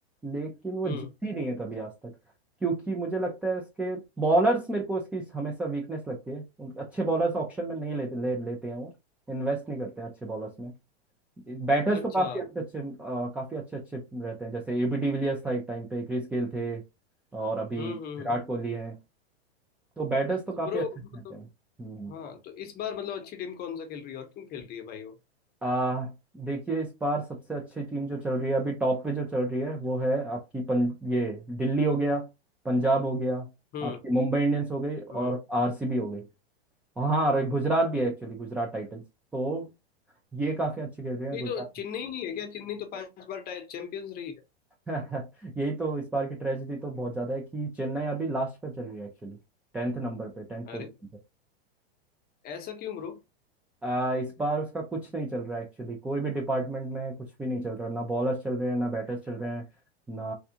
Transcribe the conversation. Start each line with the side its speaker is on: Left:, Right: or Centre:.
Centre: लेकिन वो
Left: हम्म
Centre: जीती नहीं है कभी आज तक क्योंकि मुझे लगता है उसके बॉलर्स मेरे को उसकी हमेशा वीकनेस लगती है उन- अच्छे बॉलर्स ऑक्शन में नहीं लेते ले, लेते हैं वो इन्वेस्ट नहीं करते हैं अच्छे बॉलर्स बैटर्स
Left: अच्छा
Centre: तो काफी अच्छे अच्छे अ, काफी अच्छे अच्छे रहते हैं जैसे एबी डिविलियर्स था एक टाइम पे क्रिस गेल थे और अभी
Left: हम्म हम्म
Centre: विराट
Left: हम्म।
Centre: कोहली हैं तो बैटर्स तो काफी
Left: तो ब्रो
Centre: अच्छे रहते
Left: मतलब
Centre: हैं हम्म।
Left: हाँ तो इस बार मतलब अच्छी टीम कौन सा खेल रही है और क्यों खेल रही है भाई वो
Centre: आ, देखिए इस बार सबसे अच्छी टीम जो चल रही है अभी टॉप पे जो चल रही है वो है आपकी पं, ये दिल्ली हो गया पंजाब हो गया
Left: हम्म।
Centre: आपकी मुंबई इंडियंस हो गई और
Left: हम्म
Centre: आरसीबी हो गई हाँ और एक गुजरात भी है एक्चुअली गुजरात टाइटंस तो ये काफी अच्छी खेल रही है
Left: ये
Centre: गुजरात
Left: तो चेन्नई नहीं है क्या चेन्नई तो पांच बार चैंपियंस रही है
Centre: <laughs> यही तो इस बार की ट्रेजेडी तो बहुत ज्यादा है कि चेन्नई अभी लास्ट पर चल रही है एक्चुअली टेंथ नंबर पे टेंथ
Left: अरे
Centre: पोजीशन पे
Left: ऐसा क्यों ब्रो
Centre: आ, इस बार उसका कुछ नहीं चल रहा है एक्चुअली कोई भी डिपार्टमेंट में कुछ भी नहीं चल रहा ना बॉलर्स चल रहे हैं ना बैटर्स चल रहे हैं ना